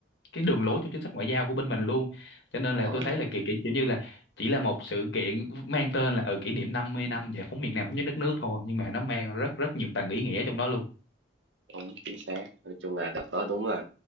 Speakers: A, on the left; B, on the right.
A: cái đường lối trong chính sách ngoại giao của bên mình luôn cho nên
B: đúng
A: là
B: rồi
A: tôi thấy là kiểu, kiểu kiểu như là chỉ là một sự kiện mang tên là ở kỷ niệm 50 năm giải phóng miền Nam thống nhất đất nước thôi nhưng mà nó mang rất rất nhiều tầng ý nghĩa trong đó luôn
B: đúng chính xác nói chung là đợt đó đúng là